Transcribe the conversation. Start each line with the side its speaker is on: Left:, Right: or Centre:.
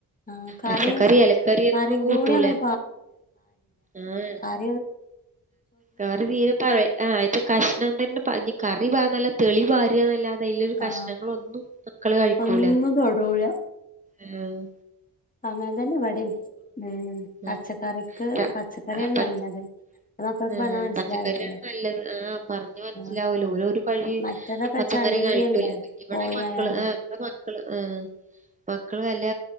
Left: ആ കറി
Right: പച്ചക്കറി എലക്കറി
Left: കറിയും
Right: ഒന്നും കൂട്ടൂല,
Left: കൂടി അവര്
Right: ആഹ്
Left: <unintelligible> കാ
Right: കറി തീരെ പറ ആഹ് ആയിത്ത കഷ്ണം തന്നെ പാഞ്ഞ് കറി പാർന്നാല് തെളി പാരന്നല്ലാതെ അയിലെ കഷ്ണങ്ങളൊന്നും
Left: ആ
Right: മക്കള് കഴിക്കൂല,
Left: ഒന്നും തൊടൂല
Right: ഏഹ്
Left: അങ്ങനെതന്നെ ഇവടിം ഉം
Right: ഉം
Left: പച്ചക്കറിക്ക്
Right: ര
Left: പച്ചക്കറിയാണ്
Right: പ
Left: നല്ലത്. അത് മക്കൾക്ക്
Right: ആഹ്
Left: പറഞ്ഞാ മനസ്സിലാവില്ലല്ലോ
Right: പച്ചക്കറിയാണ് നല്ലത് ആഹ് പറഞ്ഞ് മനസ്സിലാവൂല
Left: ആ
Right: ഓല് ഓരോ കഴി
Left: മറ്റേതൊക്കെ
Right: പച്ചക്കറി
Left: ചണ്ടിയല്ലേ
Right: കഴിക്കൂല ഇവിടെ
Left: കോഴി
Right: മക്കള്
Left: ആയാലും
Right: അഹ് ഇവിടെ മക്കള് ആഹ് മക്കള് വല്ല